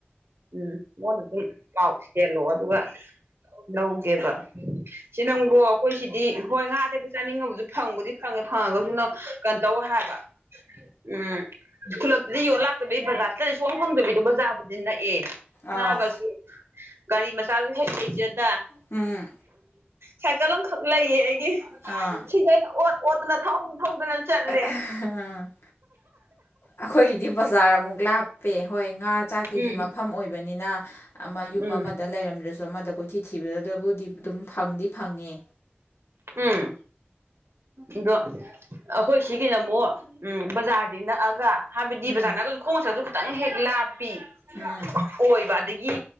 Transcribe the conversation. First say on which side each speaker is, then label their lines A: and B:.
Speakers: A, on the right; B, on the left.
A: ꯎꯝ ꯃꯉꯣꯟꯗ ꯑꯗꯨꯝ ꯄꯥꯎ ꯆꯦꯜꯛꯑꯣ ꯑꯗꯨꯒ ꯂꯧꯒꯦꯕ ꯏꯆꯦ ꯅꯪꯕꯨ ꯑꯩꯈꯣꯏ ꯁꯤꯗꯤ ꯍꯣꯏ ꯉꯥ ꯑꯇꯦꯛꯄ ꯆꯥꯅꯤꯡꯉꯕꯁꯨ ꯐꯪꯕꯨꯗꯤ ꯐꯪꯉꯦ ꯐꯪꯉꯒꯖꯨ ꯅ ꯀꯩꯟꯇꯧꯋꯦ ꯍꯥꯏ ꯕ ꯎꯝ ꯈꯨꯜꯂꯛꯇꯗꯤ ꯌꯣꯜ ꯂꯥꯛꯇꯕꯤ ꯕꯓꯥꯔ ꯆꯠꯇ꯭ꯔꯗꯤ ꯁꯨꯡꯐꯪ ꯐꯪꯗꯕꯤꯗꯣ ꯕꯓꯥꯔꯕꯨꯗꯤ ꯅꯛꯑꯦꯕ ꯅꯛꯑꯒꯁꯨ
B: ꯑꯥꯎ
A: ꯒꯥꯔꯤ ꯃꯆꯥꯖꯨ ꯍꯦꯛ ꯂꯩꯖꯗꯥ
B: ꯎꯝ
A: ꯁꯥꯏꯀꯜ ꯑꯝꯈꯛ ꯂꯩꯌꯦ ꯑꯩꯒꯤ
B: ꯑꯥ
A: ꯁꯤꯖꯦ ꯑꯩꯩꯅ ꯑꯣꯠ ꯑꯣꯠꯇꯅ ꯊꯧ ꯊꯧꯗꯅ ꯆꯠꯂꯦ
B: <unintelligible> ꯑꯈꯣꯏꯒꯤꯗꯤ ꯕꯓꯥꯔ ꯑꯃꯨꯛ ꯂꯥꯞꯄꯦ ꯍꯣꯏ ꯉꯥ ꯆꯥꯛꯀꯤꯗꯤ
A: ꯎꯝ
B: ꯃꯐꯝ ꯑꯣꯏꯕꯅꯤꯅꯥ ꯑꯃ ꯌꯨꯝ
A: ꯎꯝ
B: ꯑꯃꯗ ꯂꯩꯔꯝꯗ꯭ꯔꯁꯨ ꯑꯃꯗ ꯀꯣꯏꯊꯤ ꯊꯤꯕꯗꯗꯕꯨꯗꯤ ꯑꯗꯨꯝ ꯐꯪꯗꯤ ꯐꯪꯉꯦ
A: ꯎꯝ ꯑꯗꯣ ꯑꯈꯣꯏ ꯁꯤꯒꯤꯅ ꯑꯃꯨꯛ ꯎꯝ ꯕꯖꯥꯔꯗꯤ ꯅꯛꯑꯒ ꯍꯥꯏꯕꯗꯤ
B: ꯎꯝ
A: ꯕꯖꯥꯔꯅꯛꯑꯒꯖꯨ ꯈꯣꯡꯅ ꯆꯠꯂꯖꯨ ꯈꯇꯪ ꯍꯦꯛ ꯂꯥꯞꯄꯤ
B: ꯎꯝ
A: ꯑꯣꯏꯕ ꯑꯗꯒꯤ